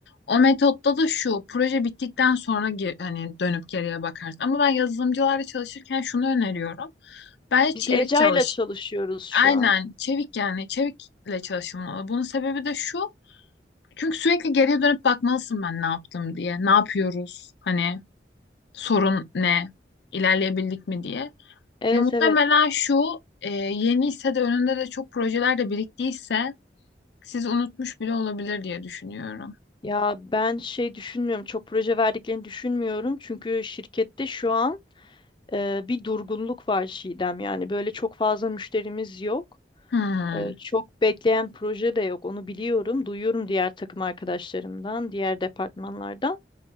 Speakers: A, on the left; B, on the left.
A: O metotta da şu proje bittikten sonra ge- hani dönüp geriye bakarsın. Ama ben yazılımcılarla çalışırken şunu öneriyorum. Bence
B: Biz
A: çevik
B: Eca'yla
A: çalış.
B: ile çalışıyoruz şu
A: Aynen
B: an.
A: çevik yani çevikle çalışılmalı. Bunun sebebi de şu. Çünkü sürekli geriye dönüp bakmalısın ben ne yaptım diye. Ne yapıyoruz? Hani sorun ne? İlerleyebildik mi diye.
B: Evet
A: Ya muhtemelen
B: evet.
A: şu e, yeni ise de önünde de çok projeler de biriktiyse siz unutmuş bile olabilir diye düşünüyorum.
B: Ya ben şey düşünmüyorum. Çok proje verdiklerini düşünmüyorum. Çünkü şirkette şu an e, bir durgunluk var Çiğdem. Yani böyle çok fazla müşterimiz yok.
A: Hmm.
B: E, çok bekleyen proje de yok. Onu biliyorum. Duyuyorum diğer takım arkadaşlarımdan, diğer departmanlardan.